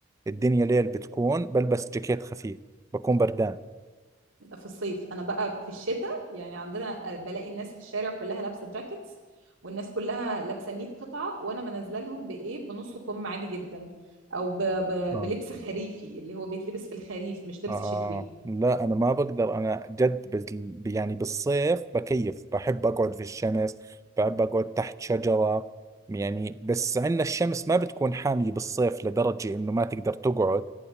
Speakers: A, on the right; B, on the right.
A: الدنيا ليل بتكون بلبس جاكيت خفيف بكون بردان
B: في الصيف انا بقى في الشتاء يعني عندنا بلاقي الناس في الشارع كلها لابسه جاكيتس والناس كلها لابسه 100 قطعه وانا منزله لهم بايه بنص كم عادي جدا او ب... ب...
A: آه.
B: بلبس خريفي اللي هو بيتلبس في الخريف مش لبس
A: آه
B: شتوي
A: لا أنا ما بقدر أنا جد بال... يعني بالصيف بكيف بحب أقعد في الشمس بحب أقعد تحت شجرة يعني بس عندنا الشمس ما بتكون حامية بالصيف لدرجة إنه ما تقدر تقعد